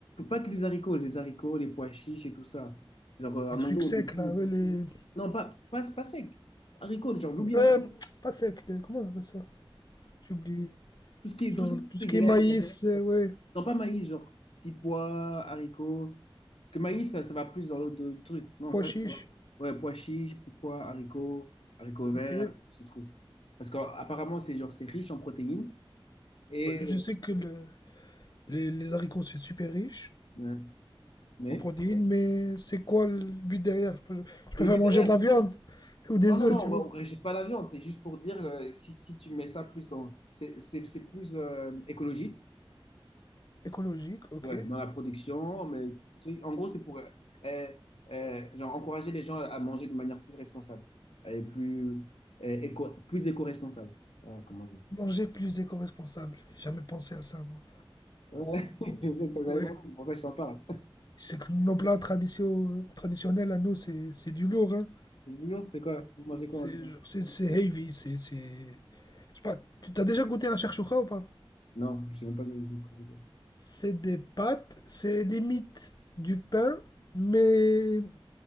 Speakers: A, on the left; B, on the left.
A: Pas que des haricots, les haricots, les pois chiches et tout ça. Genre, euh,
B: des
A: à manger
B: trucs
A: au
B: secs
A: début.
B: là, ouais, les.
A: Non, pas, pas, pas sec. Haricots, genre, l'oubien.
B: Euh, pas secs, les- comment on appelle ça? J'ai oublié.
A: Tout ce qui est,
B: Genre
A: tout ce qui
B: tout ce qui
A: est
B: est maïs, euh, ouais,
A: Non, pas maïs, genre petits pois, haricots. Parce que maïs, ça, ça va plus dans l'autre de- truc. Non,
B: pois
A: ça, c'est
B: chiche.
A: quoi? Ouais, pois chiches, petits pois, haricots, haricots verts,
B: Ok. Ouais,
A: ce truc. Parce qu'apparemment, c'est genre, c'est riche en protéines. Et.
B: Je sais que le- les, les haricots c'est super riche
A: ouais, Mais.
B: en protéines, mais c'est quoi le but derrière? Je pr- je préfère
A: Le but
B: manger
A: derrière.
B: de la viande ou des
A: Non, non,
B: œufs,
A: non,
B: tu
A: on
B: vois.
A: ne rejette pas la viande. C'est juste pour dire, euh, si, si tu mets ça plus dans. C'est c'est- c'est plus euh, écologique.
B: Écologique, ok.
A: Ouais, dans la production, mais truc- en gros, c'est pour euh, euh, genre encourager les gens à manger de manière plus responsable et plus euh, éco, plus éco-responsable. Voilà, comment dire?
B: Manger plus éco-responsable. J'ai jamais pensé à ça, moi.
A: Ouais, <laughs> je sais que j'avais
B: Ouais.
A: pensé, c'est pour ça que je t'en parle.
B: C'est que nos plats traditio- traditionnels à nous, c'est c'est du lourd, hein.
A: C'est du lourd, c'est quoi? Vous mangez
B: C'est
A: quoi en général
B: c'est- c'est heavy, c'est... c'est- Je sais pas, tu t'as déjà goûté à la shakshuka ou pas?
A: Non, je sais même pas ce que c'est c'est quoi.
B: C'est des pâtes, c'est limite du pain, mais